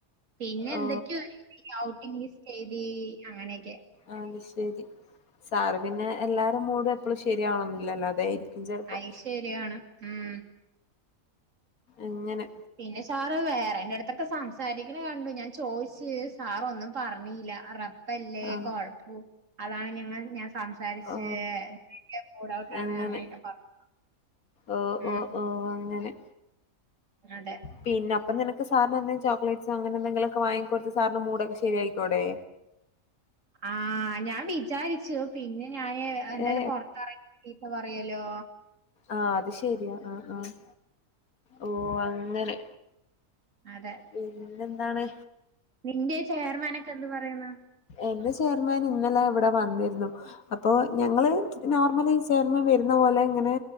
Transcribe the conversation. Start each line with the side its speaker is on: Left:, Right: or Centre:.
Right: പിന്നെ
Left: ഓ
Right: എന്തൊക്കെയൊ ആയി. ഔട്ടിംഗ് ലിസ്റ്റ് എഴുതി അങ്ങനെയൊക്കെ.
Left: ആഹ് വിഷ് ചെയ്ത്. സാറ് പിന്നെ എല്ലാരെ മൂട് എപ്പഴും ശരിയാവണന്നില്ലല്ലോ അതായിരിക്കും ചെലപ്പോ
Right: അത് ശരിയാണ് ഉം
Left: അങ്ങനെ.
Right: പിന്നെ സാറ് വേറെന്റെടുത്തൊക്കെ സംസാരിക്കണ കണ്ടു ഞാൻ ചോയിച്ചു സാറൊന്നും പറഞ്ഞില്ല ആ റപ്പല്ലേ
Left: ആണ്
Right: കുഴപ്പും അതാണ് ഞങ്ങൾ ഞ സംസാരിച്ച്
Left: ഓ
Right: മൂഡ് ഔട്ട്
Left: അങ്ങനെ
Right: ആണ് അങ്ങനെയൊക്കെ പറഞ്ഞു
Left: ഓ
Right: ഉം
Left: ഓ ഓ ആ അങ്ങനെ.
Right: അതെ.
Left: പിന്നെ അപ്പം നിനക്ക് സാറിന് എന്തെങ്കിലും ചോക്ലേറ്റ്സോ, അങ്ങനെ എന്തെങ്കിലൊക്കെ വാങ്ങികൊടുത്ത് സാറിന്റെ മൂടൊക്കെ ശരിയാക്കിക്കൂടേ?
Right: ആഹ് ഞാൻ വിചാരിച്ചു പിന്നെ ഞാന് എന്തായാലും
Left: ഏ
Right: പുറത്തിറങ്ങി ചീത്ത പറയലോ
Left: ആഹ് അത് ശരിയാ ആഹ് ആഹ് ഓ അങ്ങനെ
Right: അതെ
Left: പിന്നെ എന്താണ്
Right: നിന്റെ ചെയർമാനൊക്കെ എന്ത് പറയുന്നു
Left: എന്റെ ചെയർമാൻ ഇന്നെലെ ഇവിടെ വന്നിരുന്നു. അപ്പോ ഞങ്ങള് നോർമലി ചെയർമ്മാൻ വരുന്ന പോലെ ഇങ്ങനെ.